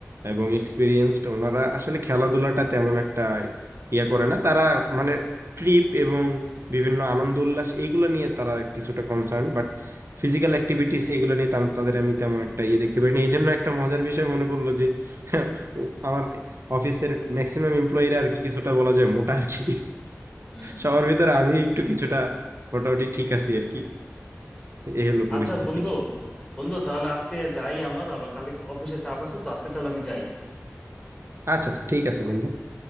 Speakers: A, on the right (about 55°); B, on the left (about 20°).
A: এবং এক্সপিরিয়েন্সড ওনারা আসলে খেলাধুলাটা তেমন একটা ইয়া করে না তারা মানে ট্রিপ এবং বিভিন্ন আনন্দ উল্লাস এইগুলো নিয়ে তারা কিছুটা কনসার্ন বাট ফিজিক্যাল অ্যাক্টিভিটিস এগুলো নিয়ে তেমন- তাদের আমি তেমন একটা ইয়ে দেখতে পারিনি এই জন্য একটা মজার বিষয় মনে পড়লো যে <laughs> আমার অফিসের ম্যাক্সিমাম এমপ্লয়িরা আর কি কিছুটা বলা যায় মোটা আর কি
B: হুম
A: সবার ভিতরে আমি একটু কিছুটা মোটামুটি ঠিক আছি আর কি এ হলো পরিস্থিতি
B: আচ্ছা বন্ধু বন্ধু তাহলে আজকে যাই আমার আবার কালকে অফিসে চাপ আছে তো আজকে তাহলে আমি যাই
A: আচ্ছা ঠিক আছে বন্ধু